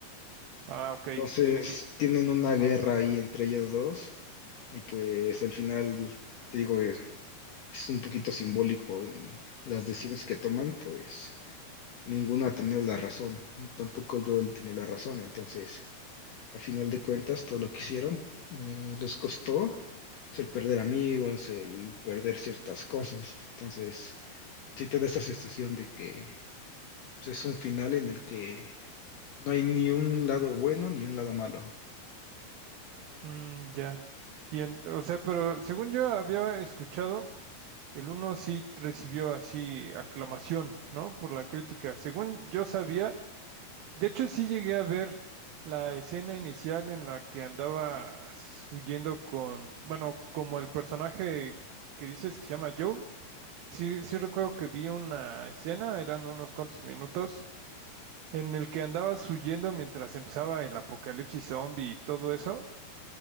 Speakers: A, on the right; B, on the left.
A: Ah, ok,
B: Entonces
A: ok.
B: tienen una guerra ahí entre ellas dos y pues al final, te digo, eh, es un poquito simbólico en las decisiones que toman, pues ninguna tenía la razón, tampoco Joel tenía la razón, entonces a final de cuentas todo lo que hicieron eh, les costó pues, el perder amigos, el perder ciertas cosas, entonces... sí te da esa sensación de que pues, es un final en el que no hay ni un lado bueno ni un lado malo.
A: Mm, ya. Y en- o sea, pero según yo había escuchado, el uno sí recibió así aclamación, ¿no? Por la crítica. Según yo sabía. De hecho, sí llegué a ver la escena inicial en la que andabas huyendo con, bueno, como el personaje que dices que se llama Joel. Sí, sí recuerdo que vi una escena, eran unos cuantos minutos, en el que andabas huyendo mientras empezaba el apocalipsis zombie y todo eso.